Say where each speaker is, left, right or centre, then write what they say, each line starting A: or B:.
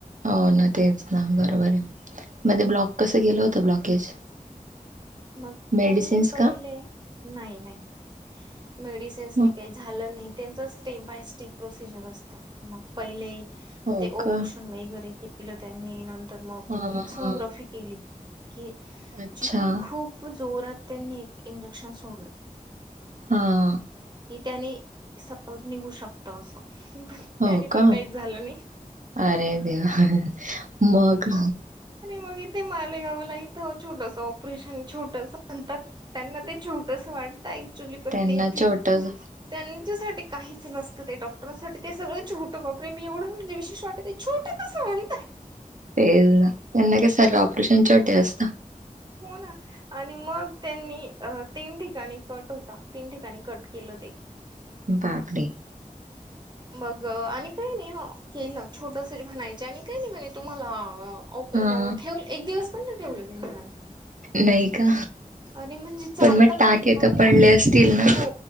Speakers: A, on the right (about 65°); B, on the right (about 30°).
A: हो ना तेच ना बरोबर आहे मध्ये ब्लॉक कसं गेलं होतं ब्लॉकेज
B: मग
A: मेडिसिन्स
B: त्यांनी पहिले
A: का
B: नाही नाही मेडिसिन्स
A: म-
B: काही झालं नाही त्यांच स्टेप बाय स्टेप प्रोसिजर असतात मग पहिले
A: हो
B: ते ओलूशन
A: का
B: वगैरे केलं त्यांनींत मग
A: हा
B: एक सोनोग्राफी
A: हा
B: केली की
A: अच्छा
B: जिथून खूप जोरात त्यांनी एक इंजेक्शन सोडलं
A: हा
B: ही त्यानी सहज निघू शकतं असं
A: हो
B: त्यानी पण
A: का
B: काहीच झालं नाही.
A: अरे देवा मग
B: मगथे मालेगावला इथं छोटस ऑपरेशन छोटस म्हणतात त्यांना ते छोटस वाटतं एकक्चुली पण
A: त्यांना
B: तीन ती
A: छोटच
B: त्यांच्यासाठी काहीच नसतं ते डॉक्टरांसाठी ते सगळं छट खोके मी एवढं म्हणे विशे वाटते ते छोटे कं म्हणतय
A: तेच ना त्यांना काय सरलं ऑपरेशन टे असत
B: हो ना आणि मग त्यांनी अ तीन ठिकाणी कट होता तीन ठिकाणी कट केलं ते
A: बापडे
B: बग आणि काही नाही हो केलं छोटस म्हणायच आणि काही नाही म्हणे तुम्हाला प
A: हा
B: ठेव एक दिवस ठे त्यांनी म
A: नाही का
B: आणि म्हणजे ल
A: मग
B: पण
A: टाके
B: नव्हत
A: तर पडले असतील ना
B: हो